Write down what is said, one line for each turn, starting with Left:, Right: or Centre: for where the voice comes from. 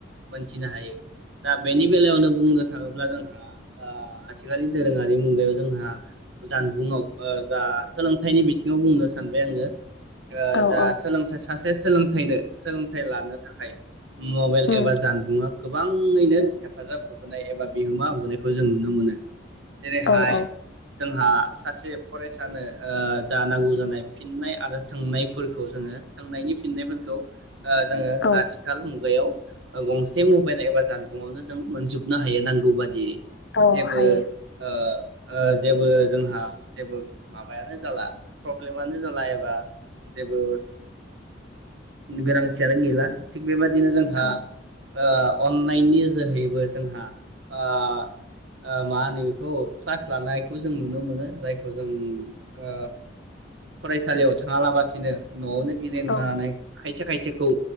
Right: मोनथिनो हायो दा बेनि बेलायावनो बुंनो थाङोब्ला जोंहा ओ आथिखालनि दोरोङारि मुगायाव जोंहा जानबुंआव ओ जा सोलोंथाइनि बिथिंङाव बुंनो सानबाय आंङो। ओ
Left: औ
Right: जा
Left: औ
Right: सोलोंथाइ सासे सोलोंथाइनो सोलोंथाइ लानो थाखाय मबाइल
Left: उम
Right: एबा जानबुंङा गोबांङैनो हेफाजाब होबोनाय एबा बिहोमा होबोनायखौ जों नुनो मोनो। जेरैहाय
Left: औ औ
Right: जोंहा सासे फरायसानो ओ जा नांगौ जानाय फिननाय आरो सोंनायफोरखौ जोङो सोंनायनि फिननायफोरखौ ओ जोङो
Left: औ
Right: आथिखाल मुगायाव गंसे मबाइल एबा जानबुङावनो जों मोनजोबनो हायो नांगौ बादियै
Left: औ
Right: जेबो
Left: हायो
Right: ओ ओ जेबो जोंहा जेबो माबायानो जाला प्रब्लेमानो जाला एबा जेबो गोनांथियानो गैला थिग बेबाय दिनो जोंहा
Left: औ
Right: ओ अन्नायनि जोहैबो जोंहा आ ओ मा होनो बेखौ क्लास लानायखौ जों नुनो मोनो जायखौ जों ओ फरायसालियाव थाङालाबासिनो न'आवनो नानै
Left: औ
Right: खाय से खायसेखौ